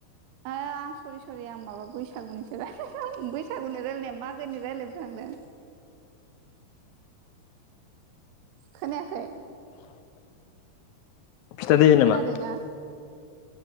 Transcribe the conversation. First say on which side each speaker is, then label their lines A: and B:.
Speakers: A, on the right; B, on the left.
A: ओ आं सरि सरि आं माबा बैसागुनिसो रायलाय फ्लां बैसागुनि रायलायनाया मागोनि राय्लायफ्लांदों।
B: ज
A: खोनायाखै?
B: फिथा दैयो नामा
A: खोनादों ना